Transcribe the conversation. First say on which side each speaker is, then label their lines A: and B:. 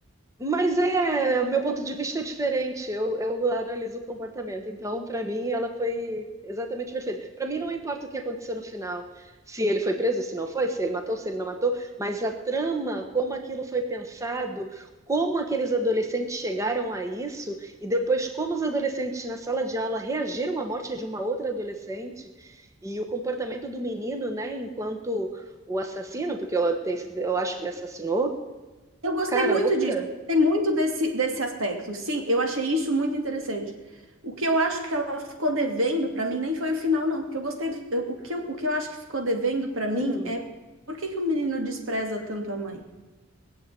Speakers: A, on the right; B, on the right.
A: Mas é, o meu ponto de vista é diferente. Eu, eu analiso o comportamento. Então, para mim, ela foi exatamente perfeita. Para mim, não importa o que aconteceu no final, se ele foi preso, se não foi, se ele matou, se ele não matou, mas a trama, como aquilo foi pensado, como aqueles adolescentes chegaram a isso e depois como os adolescentes na sala de aula reagiram à morte de uma outra adolescente e o comportamento do menino, né, enquanto o assassino, porque eu, tenho, certeza- eu acho que ele assassinou.
B: Eu gostei
A: Cara,
B: muito
A: loucura.
B: disso, eu gostei muito desse, desse aspecto. Sim, eu achei isso muito interessante. O que eu acho que ela ficou devendo para mim nem foi o final, não, porque eu gostei do, eu- o que eu, o que eu acho que ficou devendo para mim
A: Hum.
B: é por que que o menino despreza tanto a mãe?